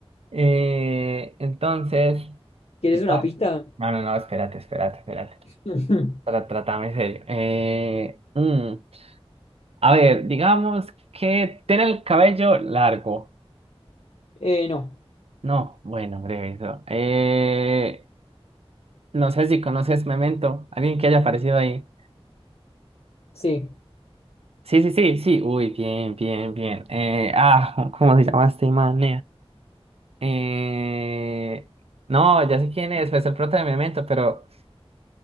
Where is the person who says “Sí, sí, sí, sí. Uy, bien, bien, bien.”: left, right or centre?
Right